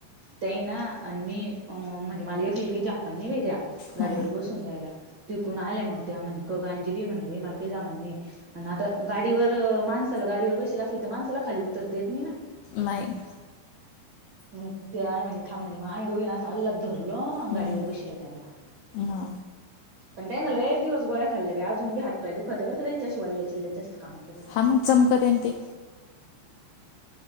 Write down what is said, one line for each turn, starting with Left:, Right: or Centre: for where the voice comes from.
Right: तेंना आणि मी अ म्हणजे मला एकली काय झापान नई बाई त्या गाडीवर
Left: हा
Right: बस- तून द्यायला तिकून आल्या मग त्या म्हणे कगांजली म्हणलं मला काही जामण नाही. आणि आता गाडीवर माणसाला गाडीवर बसेला असेल तर माणसाला खाली उतरता येत नाही ना
Left: नाही.
Right: मग ते आहे म्हणे थांम म्हणे, मग आम्ही दोघींनी असं अल्लत धरलो आणि
Left: हम्म
Right: गाडीवर बशीवल त्यांला.
Left: हा
Right: <inaudible> पण त्यान लय दिवस गोळ्या खाल्ल्या बाई. अजून बी हात पाय दुखत बर का त्यांच्याशी वल्ल्या चिल्ल्यात जास्त काम केलं.
Left: हा मग चमकत आहे ना ते.